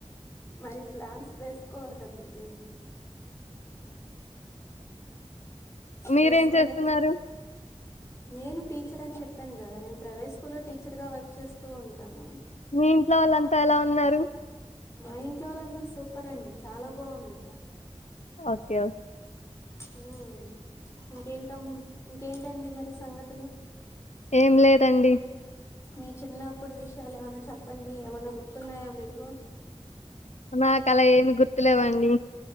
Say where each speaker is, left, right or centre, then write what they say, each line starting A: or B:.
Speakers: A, on the left (about 25°); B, on the left (about 80°).
A: మరి ప్లాన్స్ వేసుకోవాలి కదండీ
B: మీరేం
A: వేసుకోలే
B: చేస్తున్నారు
A: నేను టీచర్ అని చెప్పాను కదా నేను ప్రైవేట్ స్కూల్లో టీచర్ గా వర్క్ చేస్తూ ఉంటాను
B: మీ ఇంట్లో వాళ్ళంతా ఎలా ఉన్నారు
A: మా ఇంట్లోలందరూ సూపర్ అండి చాలా బావున్నారు
B: ఓకే
A: హ్మ్ ఇంకే తం ఇంకేంటండి మరి సంగతులు
B: ఏం లేదండి
A: మీ చిన్నప్పుడు విషయాలు ఏమన్నా చెప్పండి ఏమన్నా గుర్తున్నాయా మీకు
B: నాకు అలా ఏమి గుర్తులేవండి